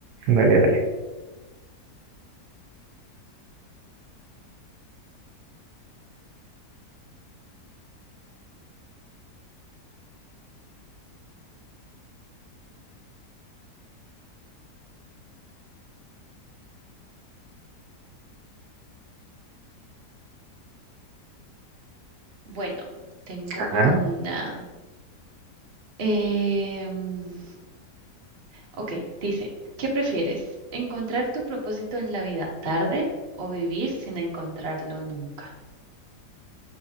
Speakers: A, on the right; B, on the right.
A: dale, dale.
B: Bueno, tengo
A: Ajá.
B: una. Em, Ok, dice, ¿qué prefieres? ¿Encontrar tu propósito en la vida tarde o vivir sin encontrarlo nunca?